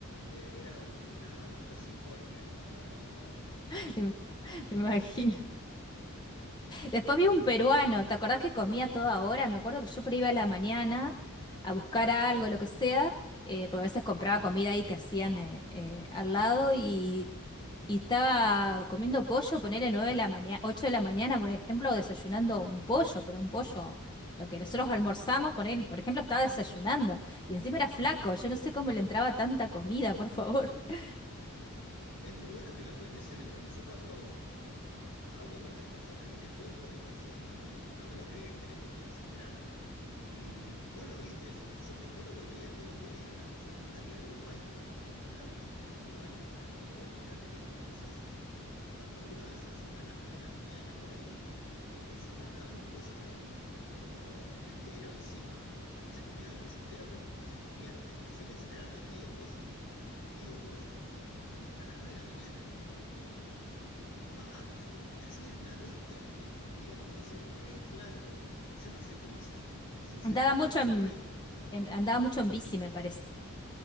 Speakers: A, on the left (about 70°); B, on the left (about 20°).
A: eh, era u- una orquesta sinfónica eso a la madrugada.
B: <laughs> me, me imagino. Después vi un peruano, ¿te acordás que comía a toda hora? Me acuerdo que yo por ahí iba a la mañana a buscar algo, lo que sea, eh, porque a veces compraba comida ahí que hacían eh, eh, al lado y, y estaba comiendo pollo, ponerle 9 de la mañana, 8 de la mañana, por ejemplo, desayunando un pollo, pero un pollo, lo que nosotros almorzamos, poner, por ejemplo, estaba desayunando y encima era flaco, yo no sé cómo le entraba tanta comida, por favor. <laughs>
A: Bu- Es muy bueno que lo cuentes, Cele, porque yo cuando hablo con otras personas y le cuento del caso de Manuel, no me lo creen, creen que estoy exagerando. Y vos lo viste eso, yo te juro, lo veía todos los días y era una cosa, nunca vi algo igual, nunca vi algo igual. O sea, el tipo literalmente, como vos decís, cuando uno desayuna a las 9 de la mañana por ahí, eh, él se estaba clavando un pollo al horno, pero entero encima. O sea, no se comía del pollo entero, pero se comía, te- sin exagerarte, medio pollo. Medio pollo. eh, a las 9 de la mañana, ¿viste? Y con papas, y así era una bestia comiendo. Y era como decir, re flaco. Yo no sé cómo hacía. Sinceramente,
B: Andaba mucho
A: o
B: en,
A: por ahí
B: en- andaba mucho en bici, me parece.